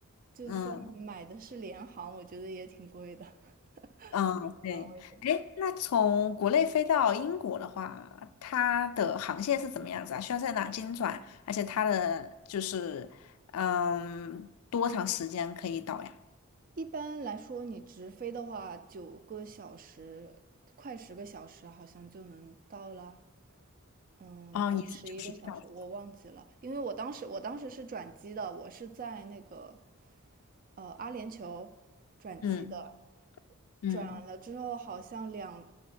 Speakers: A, on the right; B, on the left.
A: 就算买的是联航，
B: 嗯。
A: 我觉得也挺贵的，<laughs>
B: 嗯，
A: 不知道为什么。
B: 对，哎，那从国内飞到英国的话，它的航线是怎么样子啊？需要在哪经转？而且它的就是，嗯，多长时间可以到呀？
A: 一般来说，你直飞的话，九个小时，快十个小时，好像就能到了。嗯，
B: 嗯，
A: 还是十一个小时，
B: 也是就是小时
A: 我忘记了，因为我当时我当时是转机的，我是在那个呃阿联酋转机的，
B: 嗯嗯，
A: 转了之后好像两